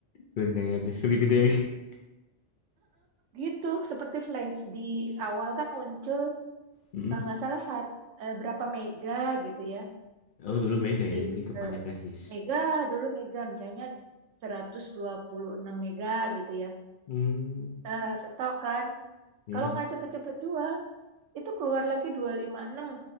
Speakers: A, on the left; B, on the right.
A: Gundala lebih gede lagi.
B: gitu. Seperti flash disk awal kan muncul
A: Hmm.
B: kalau nggak salah saat eh, berapa mega gitu ya.
A: Oh dulu Mega
B: Di
A: ya hitungannya
B: eh,
A: prestis.
B: mega dulu mega misalnya 126 mega gitu ya.
A: Hmm.
B: Nah, stok kan.
A: Hmm.
B: Kalau nggak cepet-cepet jual, itu keluar lagi dua ratus lima puluh enam